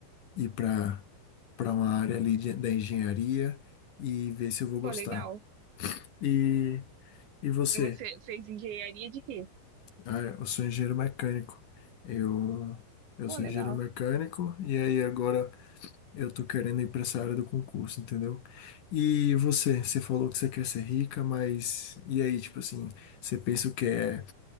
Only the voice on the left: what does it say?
e para para uma área ali de- da engenharia e ver se eu vou gostar.
E, e você?
Ah, eu sou engenheiro mecânico. Eu, eu
sou
engenheiro mecânico e aí agora eu tô querendo ir para essa área do concurso, entendeu? E você, você falou que você quer ser rica, mas e aí, tipo assim, você pensa o que é